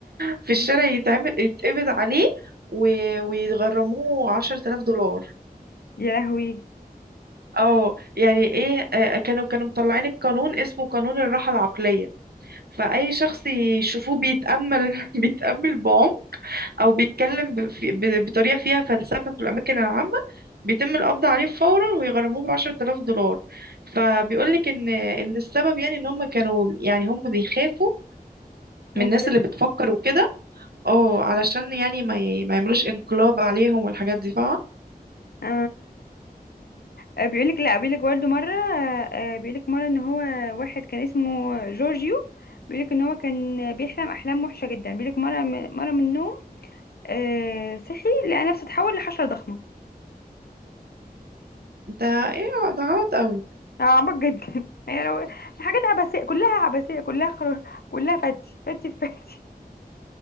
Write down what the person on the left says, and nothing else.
مم.
يا لهوي
ممكن
اه آه، بيقولك لا بيقولك برضه مرة آه، آه، بيقولك مرة ان هو واحد كان اسمه جورجيو بيقولك ان هو كان بيحلم احلام وحشة جدا بيقولك مرة مرة من النوم آه، صحي لقى نفسه اتحول لحشرة ضخمة
آه، عميق جدا <laughs> هي لو الحاجات عبثية كلها عبثية كلها خر... كلها فتي فتي في فتي